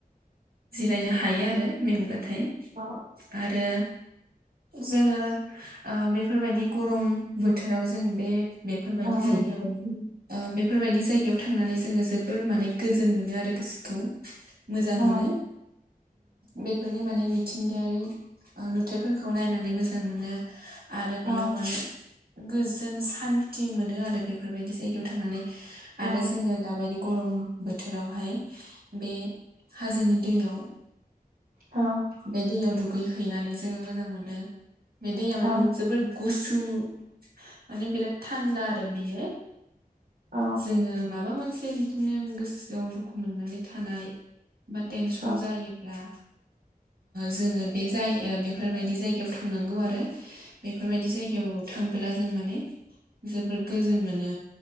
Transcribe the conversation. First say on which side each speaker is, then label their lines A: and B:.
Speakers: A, on the right; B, on the right.
A: जिरायनो हायो आरो मेंब्लाथाय
B: औ
A: आरो जोङो बेफोरबायदि गरम बोथोराव जों बे बेफोरबायदि
B: औ
A: जायगायाव
B: बेफोरबायदि
A: बे बेफोरबायदि जायगायाव थांनानै जोङो जोबोर माने गोजोन मोनो आरो गोसोखौ। मोजां
B: औ
A: मोनो बेफोरनि माने मिथिंगायारि नुथायफोरखौ नायनानै मोजां मोनो। आरो बेयाव
B: औ
A: माने गोजों सान थि मोनो आरो बेफोरबायदि जायगायाव थांनानै
B: औ
A: आरो जोङो दाबायदि गरम बोथोरावहाय बे हाजोनि दैयाव
B: औ
A: बे दैयाव दु गैहैनानै जोङो मोजां मोनो बे दैया
B: औ
A: माने जोबोर गुसु माने बिराद थान्दा आरो बियो।
B: औ
A: जोङो माबा मोनसे बिदिनो गोसोआव दुखु मोननानै थानाय। बा टेनसन
B: औ
A: जायोब्ला।
B: <inaudible>
A: जोङो बे जाय बेफोरबायदि जायगायाव थांनांगौ आरो बेफोरबायदि जायगायाव थां बोला जों माने जोबोद गोजोन मोनो।